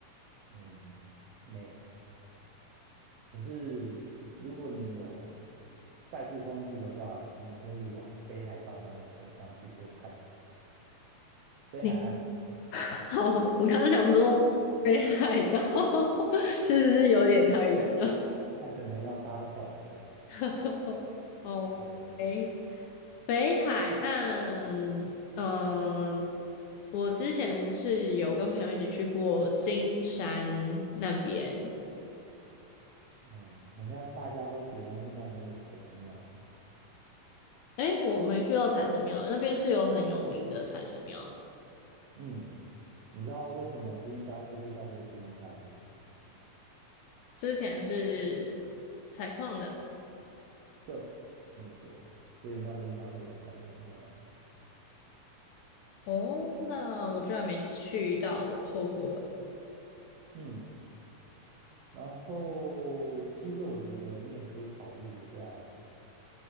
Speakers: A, on the right (about 85°); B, on the left (about 75°).
A: 嗯，没有。可是如果你有代步工具的话，你可以往北海道那个方向去做探索。北海岸
B: 你 <laughs> 好，我刚刚想说北海道 <laughs> 是不是有点太远了？
A: 那可能要搭船了。
B: <laughs> 哦，
A: 对，
B: 哎。北海岸，嗯、我之前是有跟朋友一起去过金山那边，
A: 哦，很像大家都喜欢去那边的财神庙。
B: 诶，我没去到财神庙，那边是有很有名的财神庙，
A: 嗯，你知道为什么金山会被叫做金山吗？
B: 之前是采矿的。
A: 对，没错，所以那边才会有财神庙。
B: 哦，那我居然没去到，我错过了。
A: 嗯。然后，其实我觉得你也可以考虑一下，